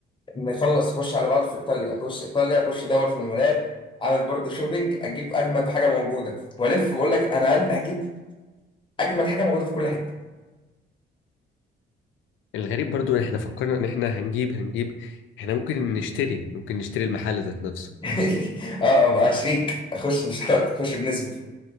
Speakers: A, on the left (about 25°); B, on the left (about 80°).
A: نخلص اخش على بعض في ايطاليا اخش ايطاليا اخش ادور في المولات اعمل برضه شوبينج اجيب اجمد حاجه موجوده والف واقول لك انا قلب هجيب اجمد حاجه موجوده في كل حته
B: الغريب برضو ان احنا فكرنا ان احنا هنجيب هنجيب احنا ممكن نشتري ممكن نشتري المحل ذات نفسه
A: <laughs> اه ابقى شريك اخش مش هخش بنسبه